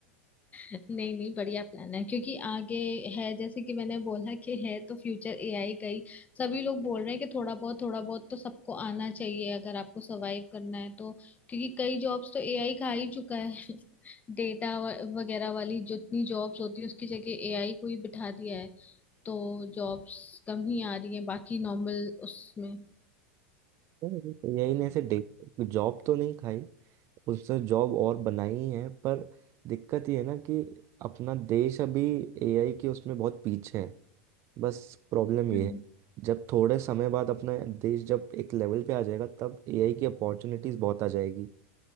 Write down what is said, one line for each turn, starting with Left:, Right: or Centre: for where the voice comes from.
Left: नहीं नहीं बढ़िया प्लान है क्योंकि आगे है जैसे कि मैंने बोला कि है तो फ्यूचर एआई का ही सभी लोग बोल रहे हैं कि थोड़ा बहुत थोड़ा बहुत तो सबको आना चाहिए अगर आपको सरवाइव करना है तो क्योंकि कई जॉब्स तो एआई खा ही चुका है <laughs> डेटा वगैरह वाली जितनी जॉब्स होती है उसकी जगह एआई को ही बिठा दिया है तो जॉब्स कम ही आ रही है बाकी नॉर्मल उसमें
Right: यही ने ऐसे डे जॉब तो नहीं खाई उसने जॉब और बनाई ही है पर दिक्कत ये है ना कि अपना देश अभी एआई के उसमें बहुत पीछे है बस प्रॉब्लम
Left: हम्म
Right: ये है जब थोड़े समय बाद अपना देश जब एक लेवल पे आ जाएगा तब एआई की अपॉर्चुनिटीज बहुत आ जाएगी